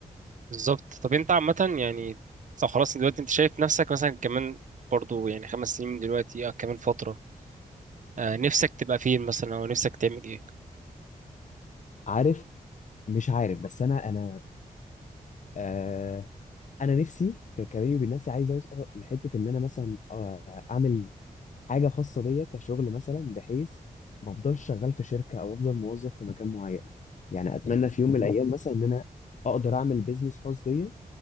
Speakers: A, on the right; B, on the left.
A: بالظبط طب انت عامه يعني طب خلاص دلوقتي انت شايف نفسك مثلا كمان برضو يعني خمس سنين من دلوقتي او كمان فتره آه، نفسك تبقى فين مثلا او نفسك تعمل ايه
B: عارف مش عارف بس انا انا آه، انا نفسي ككريم بالنفسي عايز اوصل لحته ان انا مثلا آه، اعمل حاجه خاصه بيا كشغل مثلا بحيث ما افضلش شغال في شركه او افضل موظف في مكان معين يعني اتمنى في يوم من الايام مثلا ان انا اقدر اعمل بيزنس خاص بيا